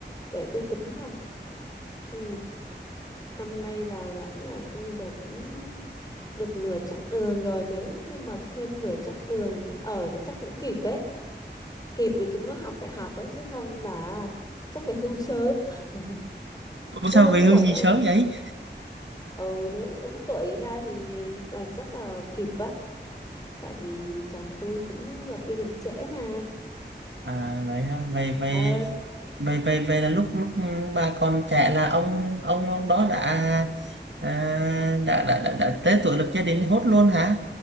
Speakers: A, on the left (about 20°); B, on the right (about 80°).
A: để tôi tính coi ừ, năm nay là lão nhà tôi là cũng được nửa chặng đường rồi nếu như mà thêm nửa chặng đường nữa ở thì chắc cũng kịp đấy kịp để chúng nó học đại học đấy chứ không là chắc phải hưu sớm <laughs>
B: Ủa sao
A: nếu đúng
B: về hưu
A: tuổi
B: gì
A: đó
B: sớm
A: là
B: vậy?
A: ừ nếu đúng tuổi ra thì là chắc là kịp á tại vì chồng tôi cũng lập gia đình trễ mà
B: À vậy ha, vậy vậy
A: ờ
B: vậy vậy vậy là lúc lúc bà còn trẻ là ông ông ông đó đã à, đã, đã đã đã tới tuổi lập gia đình hốt luôn hả?